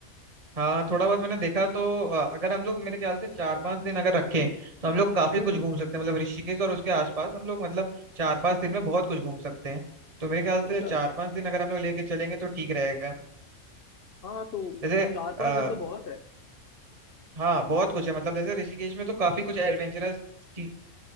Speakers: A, on the right; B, on the left.
A: हाँ थोड़ा बहुत मैंने देखा तो अ, अगर हम लोग मेरे ख्याल से चार पांच दिन अगर रखें तो हम लोग काफी
B: हम्म
A: कुछ घूम सकते हैं मतलब ऋषिकेश और उसके आसपास हम लोग मतलब चार पांच दिन में बहुत कुछ घूम सकते हैं तो मेरे ख्याल
B: अच्छा
A: से चार पांच दिन अगर हम लोग लेके चलेंगे तो ठीक रहेगा
B: हाँ तो
A: जैसे
B: चार पांच
A: आ,
B: दिन तो बहुत है
A: हाँ बहुत कुछ है मतलब जैसे ऋषिकेश में तो काफी कुछ एडवेंचरस चीज